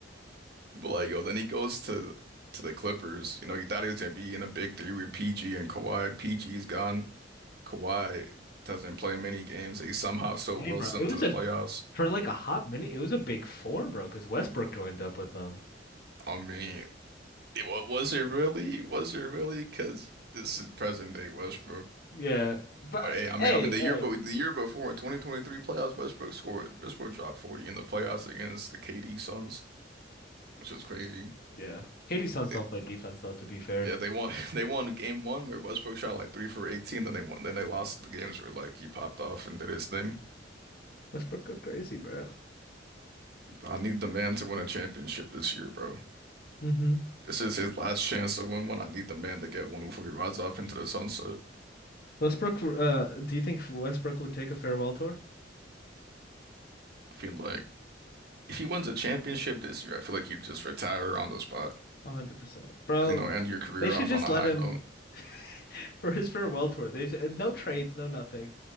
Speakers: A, on the right (about 60°); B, on the left (about 55°).
A: But like yo, then he goes to to the Clippers. You know, he thought he was gonna be in a big three with PG and Kawhi. PG's gone. Kawhi doesn't play many games. He somehow still
B: Hey,
A: wills
B: bro,
A: them
B: it
A: to
B: was
A: the
B: a
A: playoffs.
B: for like a hot minute. It was a big four, bro, because Westbrook joined up with them.
A: I mean, it, wa- was it really? Was it really? Because this is present day Westbrook.
B: Yeah, but uh,
A: But hey, I mean,
B: hey,
A: I mean the
B: hey,
A: year, but the year before in 2023 playoffs, Westbrook scored. Westbrook dropped 40 in the playoffs against the KD Suns, which was crazy.
B: yeah. Katie's sons
A: They,
B: don't play defense though. To be fair,
A: yeah, they won. <laughs> They won game one where Westbrook shot like three for 18. Then they won. Then they lost the games where like he popped off and did his thing.
B: Westbrook go crazy, bro.
A: But I need the man to win a championship this year, bro.
B: hmm
A: This is his last chance to win one. I need the man to get one before he rides off into the sunset.
B: Westbrook, uh, do you think Westbrook would take a farewell tour?
A: I feel like if he wins a championship this year, I feel like you just retire on the spot.
B: 100%. Bro,
A: 'Cause, You know, end your career
B: they should
A: off
B: just
A: on a
B: let
A: high
B: him
A: note.
B: <laughs> for his farewell tour. They no trades, no nothing.